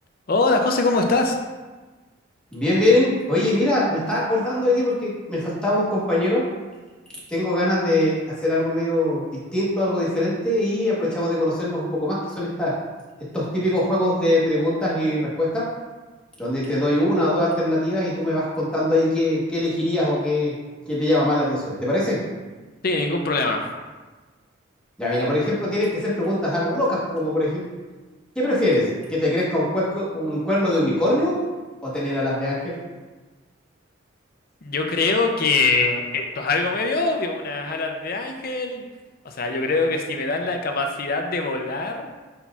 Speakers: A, on the left (about 45°); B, in the centre.
A: Hola José, ¿cómo estás?
B: Bien, bien. Oye, mira, me estaba acordando de ti porque me faltaba un compañero. Tengo ganas de hacer algo medio distinto, algo diferente y aprovechamos de conocernos un poco más, que son estas, estos típicos juegos de preguntas y respuestas, donde te doy una o dos alternativas y tú me vas contando ahí qué, qué elegirías o qué, qué te llama más la atención. ¿Te parece?
A: Sí, nada más.
B: Ya, mira, por ejemplo, tienen que ser preguntas algo locas, po- como por ejemplo, ¿qué prefieres? ¿Que te crezca un, cuesco- un cuerno de unicornio o tener alas de ángel?
A: Yo creo que esto es algo medio obvio, unas alas de ángel. O sea, yo creo que si me dan la capacidad de volar,